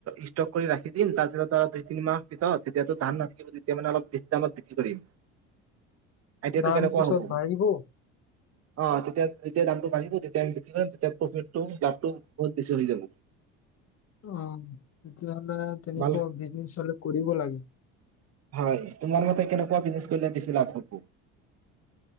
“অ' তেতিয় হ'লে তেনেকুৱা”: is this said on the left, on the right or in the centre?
Left